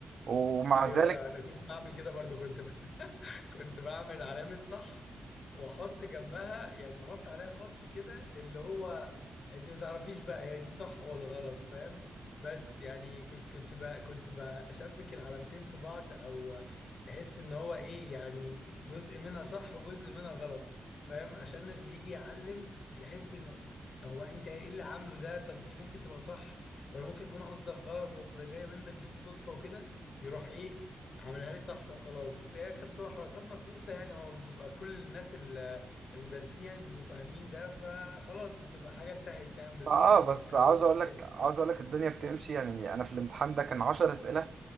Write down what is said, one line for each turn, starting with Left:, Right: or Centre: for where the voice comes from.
Right: ومع
Left: ايوه
Right: ذلك
Left: ايوه انا كنت بعمل كده برضو كنت ب... <laughs> كنت بعمل علامة صح واحط جنبها يعني واحط عليها خط كده اللي هو انت ما تعرفيش بقى هي دي صح ولا غلط فاهم بس يعني كنت كنت بقى كنت بشبك العلامتين في بعض او تحس ان هو ايه يعني جزء منها صح وجزء منها غلط فاهم عشان اللي يجي يعلم يحس انه هو انت ايه اللي عامله ده طب دي ممكن تبقى صح ولا ممكن يكون قصدك غلط ولا جاي منك بالصدفة وكده يروح ايه عملها لي صح وخلاص بس هي كانت تبقى حركات مفقوسه يعني هو بيبقى كل الناس ال- المدرسين يعني بيبقوا فاهمين ده فخلاص بتبقى حاجه انتهت يعني المدرسين
Right: اه
Left: ما بيكرروش
Right: بس عاوز اقول لك
Left: تاني
Right: عاوز اقول لك الدنيا بتمشي يعني انا في الامتحان ده كان 10 اسئله